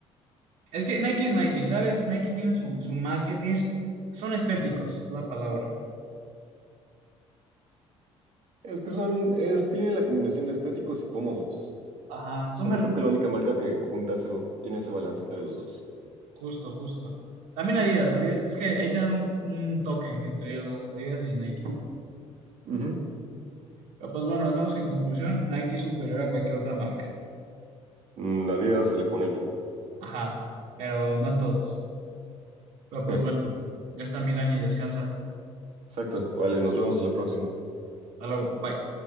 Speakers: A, on the right; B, on the right.
A: es que Nike es Nike, ¿sabes? Nike tiene su, su magia, tiene su- son estéticos, la palabra.
B: Es que son, es, tienen la combinación de estéticos y cómodos.
A: Ajá, son
B: Son
A: versátiles.
B: creo que la única marca que junta ese, tiene ese balance entre los dos.
A: Justo, justo. También Adidas, Adidas, es que ahí se dan un, un toque entre ellos dos, Adidas y Nike.
B: Ujú.
A: Pero pues bueno, dejamos que en conclusión, Nike es superior a cualquier otra marca.
B: Mm, Adidas se le pone el tiro.
A: Ajá, pero no en todos. Pero pues
B: Eh,
A: bueno, ya está mi Dani, descansa.
B: Exacto, vale, nos vemos a la próxima.
A: Hasta luego, bye.